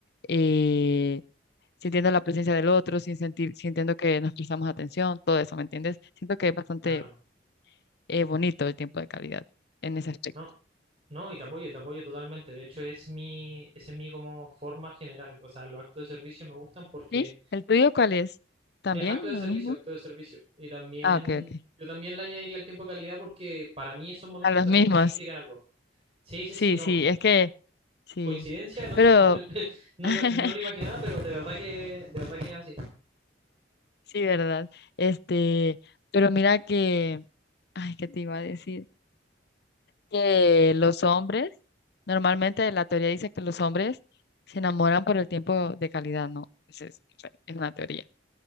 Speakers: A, on the left; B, on the right.
A: eh, sintiendo la presencia del otro, sin sentir, sintiendo que nos prestamos atención, todo eso, ¿me entiendes? Siento que es bastante
B: claro.
A: eh, bonito el tiempo de calidad en ese aspecto.
B: No, no, y te apoyo, te apoyo totalmente. De hecho, es mi, ese es mi como forma general. O sea, los actos de servicio me gustan porque
A: ¿Y el tuyo cuál es? ¿También
B: Eh, acto de
A: lo
B: servicio,
A: mismo?
B: acto de servicio. Y también,
A: Ah, ok, ok.
B: yo también le añadiría el tiempo de calidad porque para mí esos momentos
A: A los
B: también
A: mismos.
B: significan algo. Sí, sí,
A: Sí,
B: sí, no.
A: sí, es que sí.
B: Coincidencia, no
A: Pero,
B: sé, <laughs> no,
A: <laughs>
B: lo- no lo imaginaba, pero de verdad que, de verdad que es así.
A: sí, ¿verdad? Este, pero mira que, ay, ¿qué te iba a decir? Que los hombres, normalmente la teoría dice que los hombres se enamoran por el tiempo de calidad, ¿no? Esa Es, o sea, es una teoría.